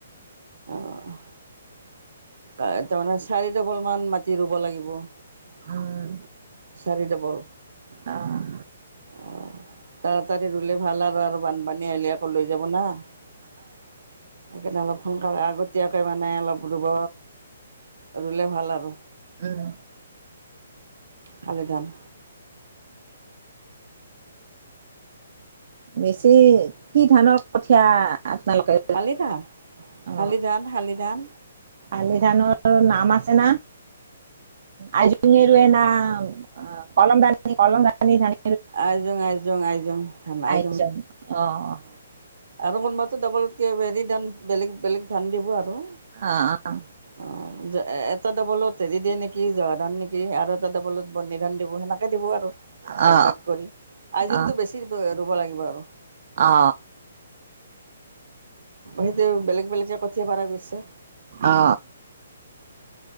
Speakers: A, on the right (about 75°); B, on the right (about 60°).
A: অঁ, তাৰে তাৰমানে চাৰিডফল মান মাটি ৰুব লাগিব। <inaudible>
B: উম।
A: চাৰি ডাবল অহ।
B: অ',
A: <inaudible> তাৰাতাৰি ৰুলে ভাল আৰু আৰু বানপানী আহিলি আকৌ লৈ যাব না। সেইকাৰণে অলপ সোনকালে আগতীয়াকৈ মানে অলপ ৰুব ৰুলে ভাল আৰু।
B: উম,
A: কালি যাম।
B: বেছি কি ধানৰ কঠিয়া আপনালোকে
A: শালি ধান
B: অ,
A: শালি ধান শালি ধান
B: আলি ধানৰ নাম আ <unintelligible> না। আইজোঙে ৰোৱে না <inaudible> <unintelligible> আ, কলম <unintelligible> কলম পানী <inaudible>
A: আইজং, আইজং, আইজং ধান আ
B: <unintelligible> অ'।
A: আৰু কোনোবাটো ডাবলকৈ হেৰি ধান বেলেগ বেলেগ ধান দিব আৰু।
B: আ, অ।
A: অ এটা ডাবলত হেৰি দিয়ে নেকি জহা ধান নেকি আৰু এটা ডাবলত বন্দী ধান দিব সেনা দিব আৰু
B: অ
A: ভাগ-ভাগ <unintelligible> আইজনতটো
B: অ
A: বেছি ৰুব লাগিব আৰু।
B: অ
A: সেইতো বেলেগ <unintelligible> য পাৰা গৈছে।
B: অ